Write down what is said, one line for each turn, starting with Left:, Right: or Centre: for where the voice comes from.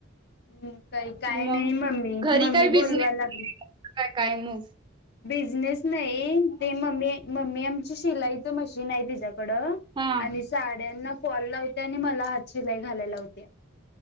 Left: हम्म. ताई काय
Right: मग
Left: नाही मम्मी -मम्मी
Right: घरी काय बिझनेस
Left: बोलवायला लागली.
Right: काय काय मोज?
Left: बिझनेस नाही ते मम्मी मम्मी आमची शिलाईच मशीन हाय तिच्याकड आणि
Right: हा
Left: साड्यांना फॉल लावतिया आणि म मला हात शिलाई घालायला लाव